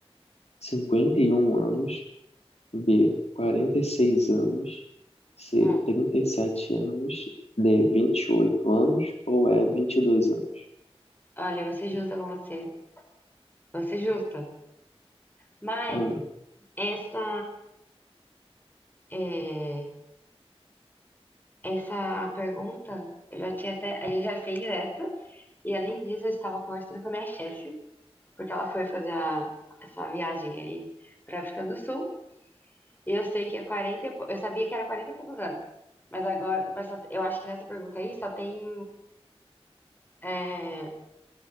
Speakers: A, on the left (about 90°); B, on the left (about 20°).
A: 51 anos. B. 46 anos. C.
B: hum.
A: 37 anos. D. 28 anos. Ou E. 22 anos?
B: Olha, eu vou ser justa com você. vou ser justa. Mas
A: Hum,
B: essa, é, essa pergunta, eu já tinha até. A gente já fez essa, e além disso, eu estava conversando com a minha chefe, porque ela foi fazer a- essa viagem aí para África do Sul. E eu sei que é quarenta e pou- Eu sabia que era 40 e poucos anos. Mas agora, mas só- eu acho que nessa pergunta aí só tem é,